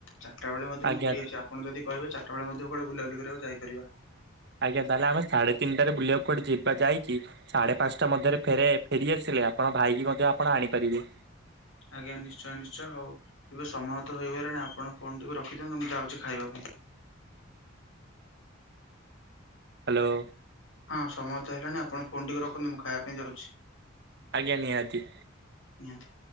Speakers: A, on the left; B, on the right.
A: ଚାରିଟା ବେଳେ ମଧ୍ୟ
B: ଆଜ୍ଞା
A: ମୁଁ ଫ୍ରି ଅଛି ଆ ଆପଣ ଯଦି କହିବେ ଚାରିଟା ବେଳେ ମଧ୍ୟ କୁଆଡେ ବୁଲାବୁଲି କରିବାକୁ ଯାଇପାରିବା।
B: ଆଜ୍ଞା ତାହେଲେ ଆମେ ସାଢେ ତିନିଟାରେ ବୁଲିବାକୁ କୁଆଡେ ଯିବା ଯାଇକି ସାଢେ ପାଞ୍ଚଟା ମଧ୍ୟରେ ଫେରେ ଫେରିଆସିଲେ ଆପଣ ଭାଇକି ମଧ୍ୟ ଆପଣ ଆଣିପାରିବେ।
A: ଆଜ୍ଞା ନିଶ୍ଚୟ ନିଶ୍ଚୟ ହଉ ଏବେ ସମୟ ତ ହୋଇଗଲାଣି ଆପଣ ଫୋନ ଟିକୁ ରଖିଦିଅନ୍ତୁ ମୁଁ ଯାଉଛି ଖାଇବା ପାଇଁ।
B: ହ୍ୟାଲୋ।
A: ହଁ ସମୟ ତ ହେଲଣିି ଆପଣ ଫୋନ ଟିକେ ରଖନ୍ତୁ ମୁଁ ଖାଇବା ପାଇଁ ଯାଉଛି।
B: ଆଜ୍ଞା ନିହାତି।
A: ନିହାତି।